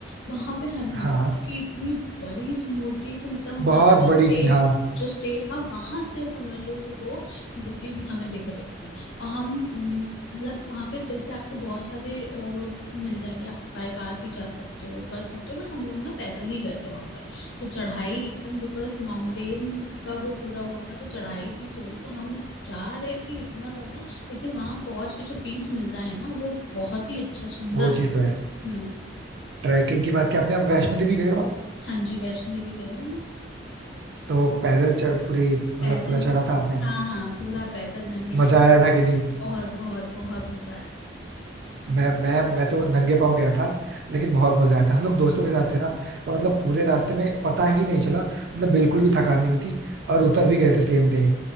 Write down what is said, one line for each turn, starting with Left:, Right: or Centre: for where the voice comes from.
Left: वहां पे हनुमान
Right: हाँ
Left: जी की इतनी बड़ी इस मूर्ति है कि मतलब हमारा
Right: बहुत
Left: जो
Right: बड़ी
Left: स्टेट
Right: सी हाँ
Left: जो स्टे था वहां से समझ लो कि वो मूर्ति हमें दिख रही थी और हम हम्म, मतलब वहां पे जैसे आपको बहुत सारे अ, वो मिल जाएंगे आप बाय कार भी जा सकते हो कर सकते हो बट हम लोग ना पैदल ही गए थे वहां तक तो चढ़ाई एकदम बिकॉज माउंटेन का वो पूरा वो था तो चढ़ाई थी थोड़ी तो हम जा रहे थे इतना ज्यादा लेकिन वहां पहुंच के जो पीस मिलता है ना वो बहुत ही अच्छा सुंदर
Right: वो
Left: सा
Right: चीज तो
Left: है
Right: है
Left: हम्म
Right: ट्रैकिंग की बात की आपने आप वैष्णो देवी गए हो आप?
Left: हाँ जी वैष्णो देवी गई हूँ मैं
Right: तो पैदल चढ़ पूरी मतलब
Left: पैदल
Right: पूरा चढ़ा था आपने
Left: हाँ हाँ पूरा पैदल नंगे
Right: मजा आया था कि नहीं
Left: बहुत बहुत बहुत मजा आया था
Right: मैं मैं मैं तो नंगे पांव गया था लेकिन बहुत मजा आया था हम लोग दोस्तों के साथ थे ना तो मतलब पूरे रास्ते में पता ही नहीं चला मतलब बिल्कुल भी थकान नहीं हुई थी और उतर भी गए थे सेम डे